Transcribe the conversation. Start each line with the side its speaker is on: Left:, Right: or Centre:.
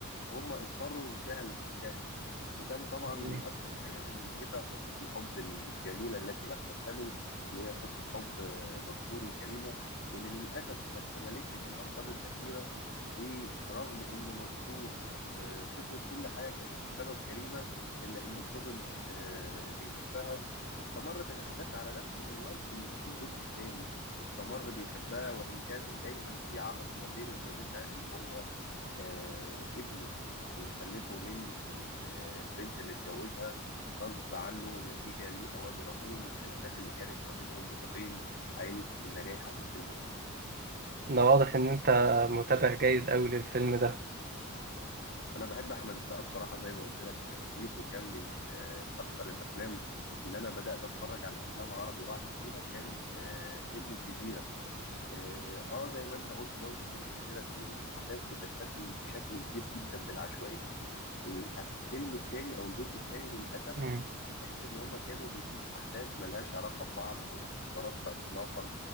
Left: هم اضطروا لفعل ده وكان طبعا
Right: مم.
Left: من اكثر الحاجات الملفتة قصة الحب الجميلة التي لم تكتمل اللي هي قصة حب آه، منصور وكريمة واللي للأسف ما اكتملتش في الأمطار الأخيرة ورغم إن منصور آه، خسر كل حاجة بسبب كريمة إلا إنه فضل آه، بيحبها واستمرت الأحداث على نفس المنوال في ال- في الجزء الثاني واستمر بيحبها وإن كان دايما في عائق ما بينه وما بينها اللي هو آه، ابنه اللي خلفه من ال- البنت اللي اتجوزها غصب عنه نتيجة لأوامر أبوه والخلافات اللي كانت ما بينهم وما بين عائلة النجايحة في الفيلم ده.
Right: ده واضح إن أنت متابع جيد أوي للفيلم ده
Left: أنا بحب أحمد السقا بصراحة زي ما قلت لك يا صديق وكان من آه، أكتر الأفلام اللي أنا بدأت أتفرج على أفلام عربي وأعجب بيها كان آه، فيلم الجزيرة. آه آه، زي ما أنت قلت برضه فيلم الجزيرة اتنين الأحداث بتتسم بشكل كبير جدا بالعشوائية. الفيلم التاني أو الجزء التاني للأسف
Right: مم.
Left: تحس ان هم كانوا بيجيبوا احداث ملهاش علاقه ببعض او مش مترابطه اطلاقا